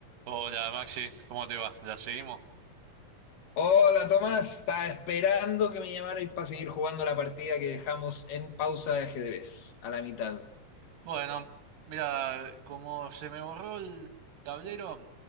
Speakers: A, on the right; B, on the left.
A: Hola Maxi, ¿cómo te va? ¿Ya seguimos?
B: Hola Tomás, estaba esperando que me llamarais para seguir jugando la partida que dejamos en pausa de ajedrez, a la mitad.
A: Bueno, mira, como se me borró el tablero,